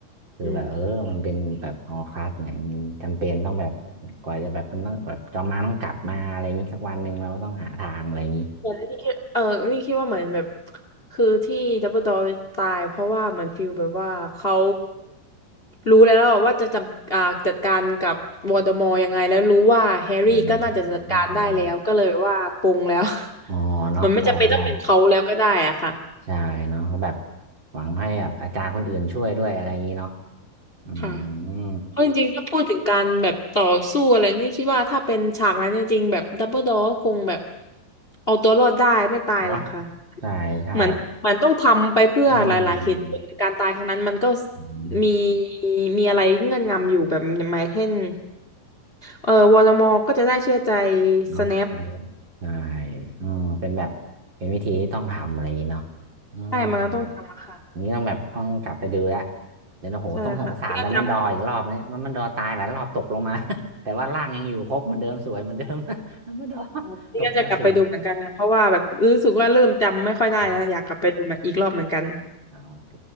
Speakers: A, on the right; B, on the left.
A: คือแบบเออมันเป็นแบบฮอร์ครักซ์เนี่ยมันจำเป็นต้องแบบ
B: อืม
A: กว่าจะแบบมันต้องแบบจอมมารต้องกลับมาอะไรอย่างนี้สักวันหนึ่งเราก็ต้องหาทางอะไรอย่างนี้
B: เหมือนนี่คิดเออนี่คิดว่าเหมือนแบบคือที่ดับเบิลดอตายเพราะว่าเหมือนฟิลแบบว่าเขารู้แล้วว่าจะจัดอ่าจัดการกับวอ l เดอมอร์ยังไงแล้วรู้ว่าแฮร์รี่ก็น่าจะจัดการได้แล้วก็เลยว่าปลงแล้ว
A: อืมจะได้อ๋อเนาะใช่ใช่
B: <laughs> มันไม่จำเป็นต้องเป็นเขาแล้วก็ได้อะค่ะ
A: ใช่เนาะเขาแบบหวังให้แบบอาจารย์คนอื่นช่วยด้วยอะไรอย่างนี้เนาะอื
B: ค่ะ
A: ม
B: เพราะจริงๆถ้าพูดถึงการแบบต่อสู้อะไรนี่คิดว่าถ้าเป็นฉากนั้นจริงๆแบบดับเบิลดอคงแบบเอาตัวรอดได้ไม่ตายหรอกค่ะ
A: เนาะใช่ใช่
B: เหมือนเหมือนต้องทำไปเพื่อหลายๆเหตุผลการตายครั้งนั้นมันก็
A: อืมอืม
B: มีมีอะไรเงื่อนงำอยู่แบบหมายเช่นเออวอลมอก็จะได้เชื่อใจ
A: เนาะอันนี้
B: สแนป
A: ใช่อืมเป็นแบบเป็นวิธีที่ต้องทำอะไรอย่างนี้เนาะอืม
B: ได้มันก็ต้องทำอะค่ะ
A: อย่างนี้ต้องแบบต้องกลับไปดูละเดี๋ยวนะโหต้องสงสารแล้วมันดออีกรอบอันนี้แล้วมันดอตายหลายรอบตกลงมา
B: ใช่ค่ะนี่ก็จ
A: <laughs> แต่ว่าร่างยังอยู่ครบเหมันเดิมสวยเหมันเดิม <laughs> มันดอ
B: ำ <laughs> นี่ก็จะกลับไปดูเหมือนกันค่ะเพราะว่าแบบรู้สึกว่าเริ่มจำไม่ค่อยได้แล้วอยากกลับไปดูมันอีกรอบเหมือนกัน
A: ตกมาสูงเนาะ อ่าโอเค